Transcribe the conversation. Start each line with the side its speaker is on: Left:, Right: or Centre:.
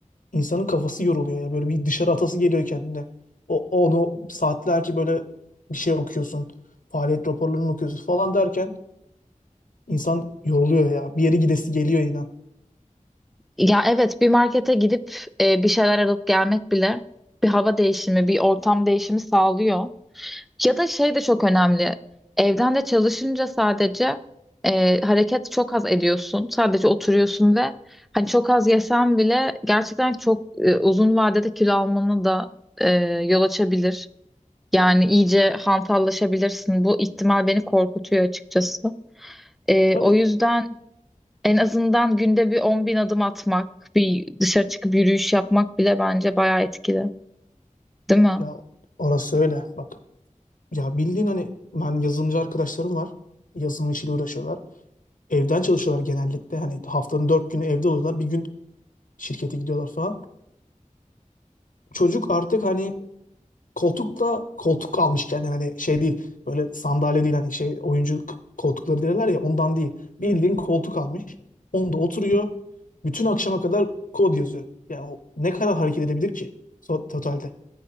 Left: insanın kafası yoruluyor ya. Böyle bir dışarı atası geliyor kendine. O, onu saatlerce böyle bir şey okuyorsun. Faaliyet raporlarını okuyorsun falan derken insan yoruluyor ya. Bir yere gidesi geliyor inan.
Centre: Ya evet bir markete gidip e, bir şeyler alıp gelmek bile bir hava değişimi, bir ortam değişimi sağlıyor. Ya da şey de çok önemli. Evden de çalışınca sadece e, hareket çok az ediyorsun. Sadece oturuyorsun ve hani çok az yesen bile gerçekten çok e, uzun vadede kilo almanı da e, yol açabilir. Yani iyice hantallaşabilirsin. Bu ihtimal beni korkutuyor açıkçası. E,
Left: Tabii
Centre: o yüzden en azından günde bir on bin adım atmak, bir dışarı çıkıp yürüyüş yapmak bile bence bayağı etkili, değil mi?
Left: ya orası öyle. Bak ya bildiğin hani ben yazılımcı arkadaşlarım var. Yazılım işiyle uğraşıyorlar. Evden çalışıyorlar genellikle. Hani haftanın dört günü evde oluyorlar. Bir gün şirkete gidiyorlar falan. Çocuk artık hani Koltuk da koltuk almış kendine hani şey değil böyle sandalye değil hani şey oyuncu k- koltukları derler ya ondan değil. Bildiğin koltuk almış. Onda oturuyor. Bütün akşama kadar kod yazıyor. Yani o ne kadar hareket edebilir ki so- totalde?